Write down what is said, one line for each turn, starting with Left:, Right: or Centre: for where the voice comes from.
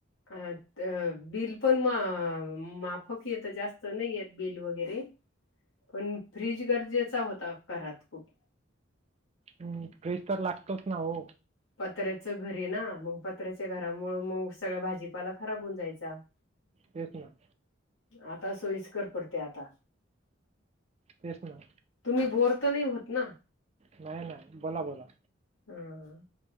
Left: अ बिल पण माफक येतं, जास्त नाही येत बिल वगैरे. पण फ्रीज गरजेचा होता, घरात खूप.
Right: हम्म, फ्रीज तर लागतोच ना हो!
Left: पत्र्याचं घर आहे ना,, मग पत्र्याच्या घरामुळं मग सगळा भाजीपाला खराब होऊन जायचा. <inaudible>
Right: तेच ना.
Left: आता सोयीस्कर पडतय आता.
Right: तेच ना.
Left: तुम्ही बोर तर नाही होत ना?
Right: नाही नाही बोला बोला.
Left: अं